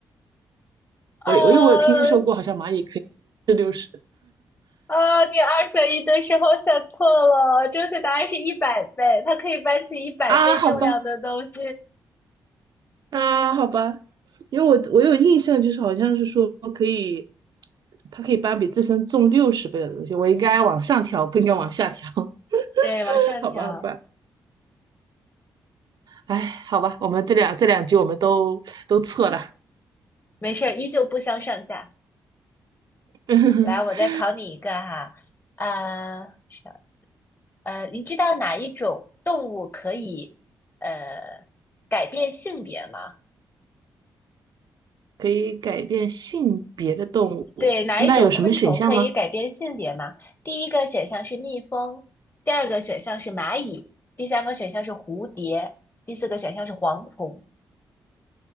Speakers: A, on the right; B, on the left.
A: 我我因为我有听说过，
B: 呃，
A: 好像蚂蚁可以是
B: 啊，你二选一的时候选错了，正确答案是一百倍，它可以搬起一百倍重量的东西。
A: 啊，好吧。啊，好吧，因为我我有印象，就是好像是说可以，它可以搬比自身重六十倍的东西，我应该往上调，不应该往下调，
B: 对，往上调，
A: <laughs> 好吧，好吧，哎，好吧，我们这两这两句我们都都错了，
B: 没事儿，依旧不相上下。
A: <laughs>
B: 来，我再考你一个哈，啊，是呃，你知道哪一种动物可以呃改变性别吗？
A: 可以改变性别的动物，
B: 对，哪一种昆虫可以改变性别吗？
A: 那有什么选项吗？
B: 第一个选项是蜜蜂，第二个选项是蚂蚁，第三个选项是蝴蝶，第四个选项是蝗虫。